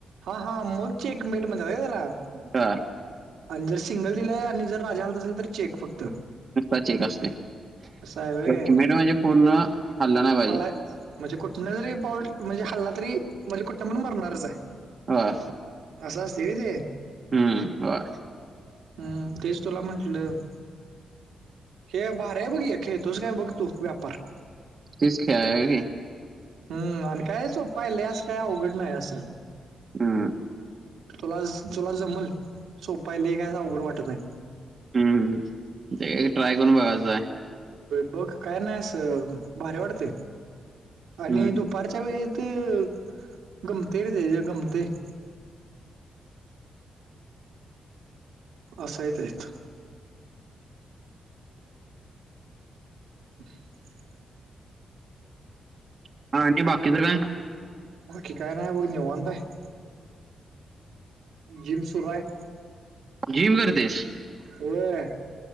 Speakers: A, on the right (about 85°); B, on the right (about 45°).
A: हा, हा म्हणून चेकमेट म्हटलं होय त्याला?
B: <unintelligible>
A: आणि जर सिंगल दिलंय आणि जर राजा हलत असेल तर चेक फक्त.
B: नुस्ता चेक असतय, चेकमेट
A: असं आहे वे
B: म्हणजे पूर्ण हल्ला नाही पाहिजे?
A: हलाय म्हणजे कुठनं जरी पाऊल म्हणजे हखल्ला तरी म्हणजे कुठं पण मरणारच आहे..
B: होय.
A: अस असंतय होय ते?
B: हम्म. होय.
A: हम्म, तेच तुला म्हंटलं. हे भारीये बघ हे खेळतोस काय बघ तू व्यापार?
B: तिस क आय <unintelligible>
A: हम् आणि काय सोपां आहे, लय असं काय अवघड नाही असं.
B: हम्म.
A: तुला तुला जमल सोप आहे ते. काय अस अवघड वाटत नाही.
B: हम्म ‌, हम्म <unintelligible> ट्राय करून बघायचंय.
A: बघ काय नाही अस भारी वाटतय आणि
B: हम्म.
A: दुपार- <unintelligible> असं य तेच? <inaudible>
B: <unintelligible>
A: काय नाहीय बघ निवंत! <unintelligible> जिम सुरू हाय.
B: जिम करतेस?
A: होय.